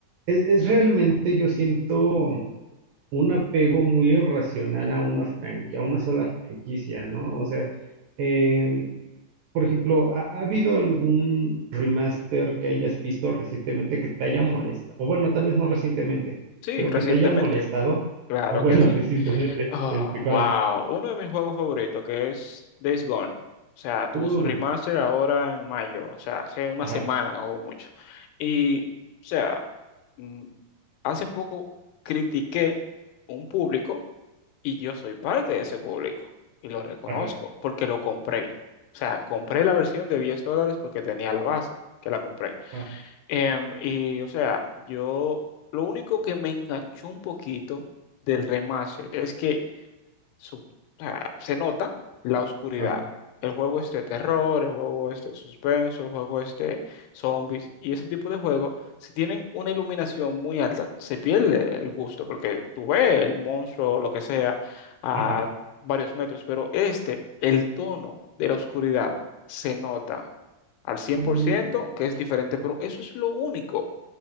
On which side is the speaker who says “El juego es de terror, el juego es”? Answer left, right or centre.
Left